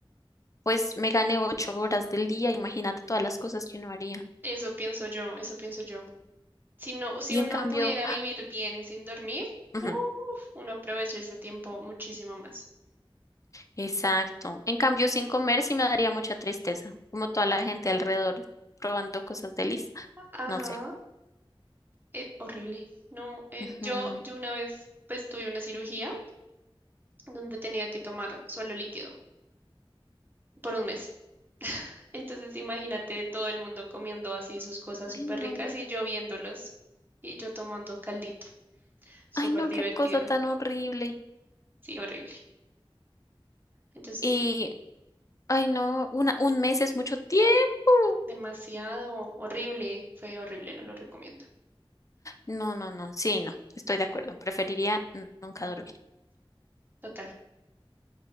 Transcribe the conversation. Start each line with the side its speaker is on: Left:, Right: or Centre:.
Left: pues me gané ocho horas del día. Imagínate todas las cosas que uno haría.
Right: Eso pienso yo, eso pienso yo. Si no, si
Left: Y
Right: uno
Left: en cambio,
Right: pudiera vivir bien sin dormir,
Left: ujú,
Right: uf, uno aprovecha ese tiempo muchísimo más.
Left: Exacto. En cambio, sin comer sí me daría mucha tristeza, como toda la gente alrededor probando cosas delis.
Right: Ajá.
Left: No sé.
Right: Eh, horrible. No, eh,
Left: Ujú.
Right: yo, yo una vez pues tuve una cirugía donde tenía que tomar suelo líquido por un mes. Entonces imagínate todo el mundo comiendo así sus cosas
Left: Ay,
Right: súper
Left: no.
Right: ricas y yo viéndolos y yo tomando caldito. Súper
Left: Ay, no,
Right: divertido.
Left: qué cosa tan horrible.
Right: Sí, horrible. Entonces
Left: Y,
Right: sí,
Left: ay, no, una, un mes es mucho tiempo.
Right: demasiado horrible. Fue horrible, no lo recomiendo.
Left: No, no, no, sí, no, estoy de acuerdo. Preferiría n- nunca dormir.
Right: Total,